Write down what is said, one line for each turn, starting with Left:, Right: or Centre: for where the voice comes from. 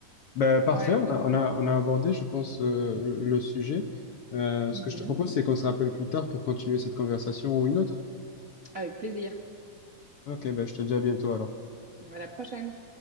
Left: Ben, parfait,
Right: ouais.
Left: on
Right: on-
Left: a, on a, on a abordé, je pense, euh, le le sujet. Euh,
Right: Mhm.
Left: ce que je te propose, c'est qu'on se rappelle plus tard pour continuer cette conversation ou une autre.
Right: Avec plaisir.
Left: Ok, ben, je te dis à bientôt alors.
Right: À la prochaine.